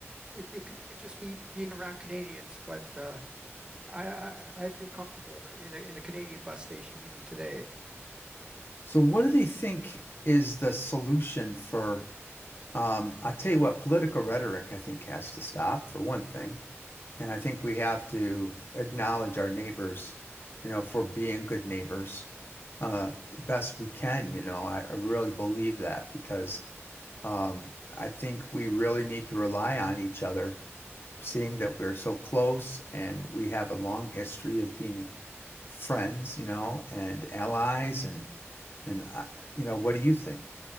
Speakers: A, on the right; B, on the left.
A: it, it could just be being around Canadians, but uh, I, I, I feel comfortable in a, in a Canadian bus station even today.
B: So, what do they think is the solution for? Um, I'll tell you what, political rhetoric, I think, has to stop for one thing. And I think we have to acknowledge our neighbors, you know, for being good neighbors, uh, best we can. You know, I, I really believe that because um, I think we really need to rely on each other, seeing that we're so close and we have a long history of being friends, you know, and allies and and uh, you know, what do you think?